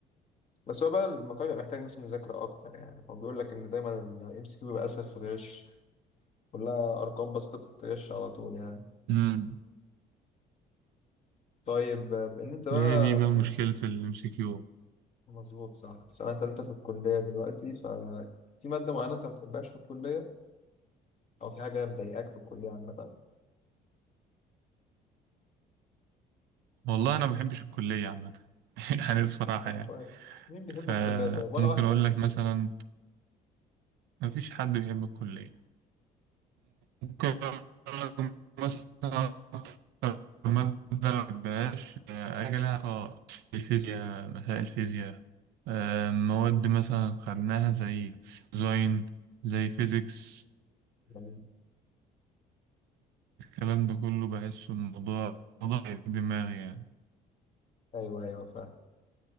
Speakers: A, on the left; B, on the right.
A: بس هو بقى المقال بيبقى محتاج ناس مذاكرة أكتر يعني هو بيقول لك إن دايما الام سي كيو بيبقى أسهل في الغش كلها أرقام بس انت بتتغش على طول يعني
B: امم
A: طيب آه، بإن أنت بقى
B: هي دي بقى
A: بتقول
B: مشكلة الإم سي كيو
A: مظبوط صح سنة تالتة في الكلية دلوقتي ففي مادة معينة أنت ما بتحبهاش في الكلية او في حاجه مضايقاك في الكليه عامه
B: والله أنا ما بحبش الكلية عامة <laughs> يعني بصراحة
A: طب
B: يعني
A: كويس مين بيحب
B: فممكن
A: الكليه طيب ولا واحد
B: أقول
A: بيحب
B: لك
A: الكليه
B: مثلا ما فيش حد بيحب الكلية ممكن أقولك مثلا أكتر مادة ما بحبهاش آه، حاجة لها علاقة بالفيزياء مسائل الفيزياء آه، مواد مثلا خدناها زي ديزاين زي فيزيكس
A: جميل.
B: الكلام ده كله بحس الموضوع موضوع في دماغي يعني
A: ايوه ايوه فاهم